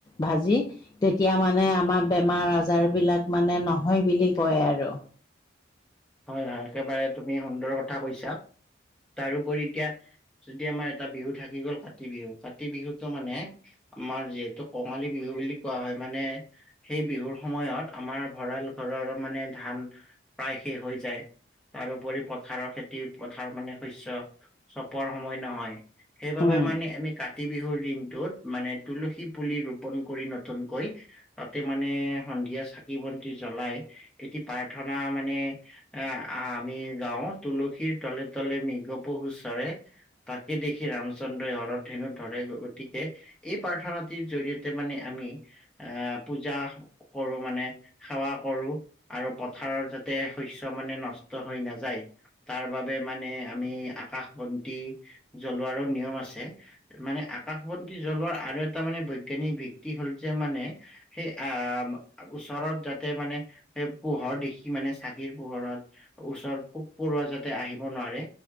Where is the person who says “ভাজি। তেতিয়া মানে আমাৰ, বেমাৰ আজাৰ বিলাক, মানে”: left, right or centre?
Left